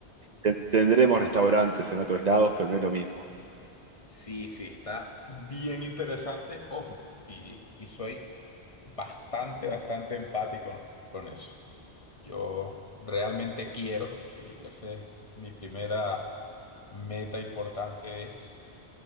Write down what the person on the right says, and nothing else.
ten- tendremos restaurantes en otros lados, pero no es lo mismo.